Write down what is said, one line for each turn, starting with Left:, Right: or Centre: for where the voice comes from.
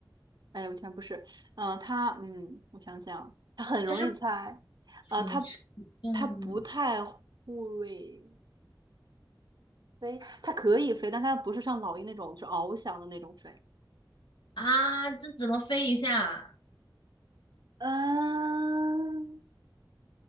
Right: 哎，我全不是，嗯、他，嗯，我想想，他很容易猜，
Left: 它是腐食动物
Right: 啊，他他不太会飞，他可以飞，但他不是像老鹰那种就翱翔的那种飞，
Left: 啊，这只能飞一下。
Right: 嗯，